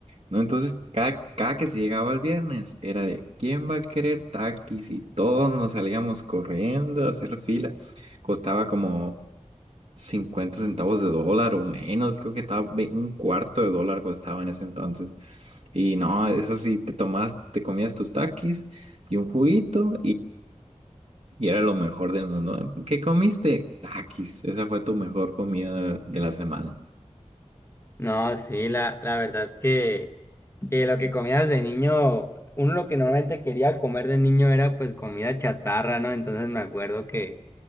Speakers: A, on the right; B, on the left.
A: ¿no? Entonces, cada, cada que se llegaba el viernes, era de ¿quién va a querer taquis? Y todos nos salíamos corriendo a hacer fila. Costaba como 50 centavos de dólar o menos. Creo que estaba ve- un cuarto de dólar costaba en ese entonces. Y no, eso sí, te tomas, te comías tus taquis y un juguito y era lo mejor del mundo. ¿Qué comiste? Takis. Esa fue tu mejor comida de la semana.
B: No, sí, la, la verdad que, que lo que comías de niño, uno lo que normalmente quería comer de niño era pues comida chatarra, ¿no? Entonces me acuerdo que,